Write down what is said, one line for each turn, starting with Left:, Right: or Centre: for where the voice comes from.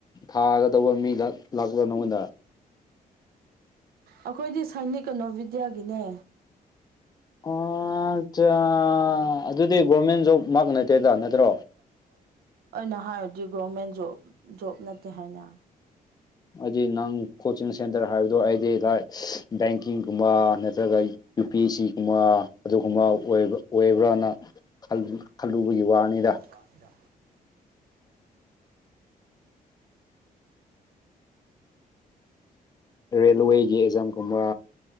Left: ꯊꯥꯒꯗꯧꯕ ꯃꯤ ꯂꯥꯛ-ꯂꯥꯛꯄ꯭ꯔꯣ ꯅꯉꯣꯟꯗ
Right: ꯑꯩꯈꯣꯏꯗꯤ ꯁꯥꯏꯅꯤ ꯀꯩꯅꯣ ꯕꯤꯗ꯭ꯌꯥꯒꯤꯅꯦ
Left: ꯑꯣ ꯑꯠꯆꯥ ꯑꯗꯨꯗꯤ ꯒꯣꯔꯃꯦꯟ ꯖꯣꯕꯃꯛ ꯅꯠꯇꯦꯗ ꯅꯠꯇ꯭ꯔꯣ
Right: inaudible ꯑꯩꯅ ꯍꯥꯏꯔꯗꯤ ꯒꯣꯔꯃꯦꯟ ꯖꯣꯕ ꯖꯣꯕ ꯅꯠꯇꯦ ꯍꯥꯏꯅ
Left: ꯍꯥꯏꯗꯤ ꯅꯪ ꯀꯣꯆꯤꯡ ꯁꯦꯟꯇꯔ ꯍꯥꯏꯕꯗꯣ ꯑꯩꯗꯤ ꯂꯥꯏ ꯕꯦꯡꯀꯤꯡꯒꯨꯝꯕ ꯅꯠꯇ꯭ꯔꯒ ꯌꯨ ꯄꯤ ꯑꯦꯁ ꯁꯤꯒꯨꯝꯕ ꯑꯗꯨꯒꯨꯝꯕ ꯑꯣꯏꯕ ꯑꯣꯏꯕ꯭ꯔꯅ ꯈꯜꯂꯨ-ꯈꯜꯂꯨꯕꯒꯤ ꯋꯥꯅꯦꯗ
Right: ꯄꯥꯅꯤꯗ
Left: ꯔꯦꯜꯋꯦꯒꯤ ꯑꯦꯛꯖꯥꯝꯒꯨꯝꯕ